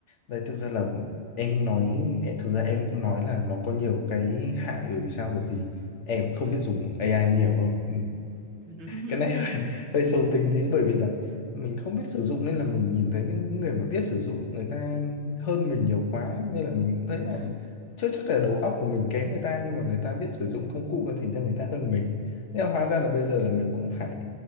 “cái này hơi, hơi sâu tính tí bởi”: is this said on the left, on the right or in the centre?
Left